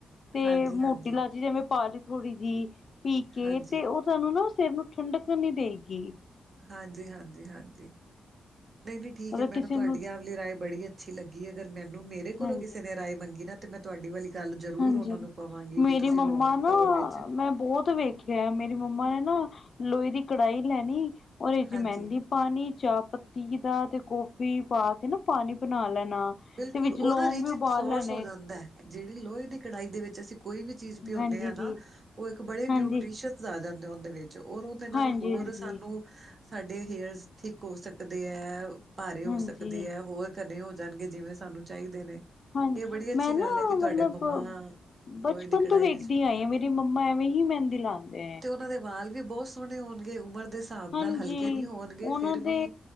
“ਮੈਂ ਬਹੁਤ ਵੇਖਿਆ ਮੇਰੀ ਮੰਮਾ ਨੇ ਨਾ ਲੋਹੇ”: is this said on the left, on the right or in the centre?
Left